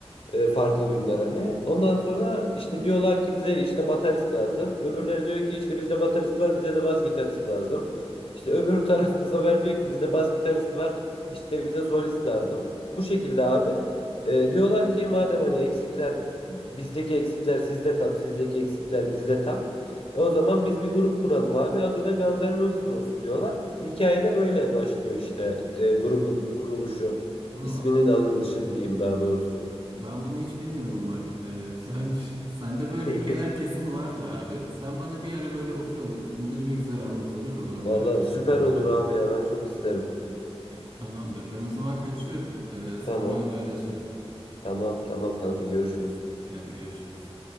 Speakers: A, on the left; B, on the right.
A: E, farklı günler hani. Ondan sonra işte diyorlar ki bize işte baterist lazım. Öbürleri diyor ki işte bizde baterist var, bize de bas gitarist lazım. İşte öbür taraf bu sefer <laughs> diyor ki bizde bas gitarist var, işte bize solist lazım. Bu şekilde abi. E, diyorlar ki madem hani eksikler bizdeki eksikler sizde tam, sizdeki eksikler bizde tam. E, o zaman biz bir grup kuralım abi. Adı da Guns N' Roses olsun diyorlar. Hikaye de böyle başlıyor işte e, grubun kuruluşu.
B: Aa,
A: isminin alınışı diyeyim daha doğrusu.
B: ben bunu hiç bilmiyordum bak. Ee, <laughs> güzelmiş. Sende böyle
A: <laughs>
B: hikayeler kesin vardır abi. Sen bana bir ara böyle oturalım. Bunları bir güzel anlat olur mu? Ben merak
A: Vallahi
B: ettim
A: süper
B: bunları.
A: olur abi ya ben çok isterim.
B: Tamamdır. Ben o zaman kaçıyorum. Ee, sonra
A: Tamam.
B: haberleşelim.
A: Tamam tamam kanka görüşürüz.
B: Hadi görüşürüz.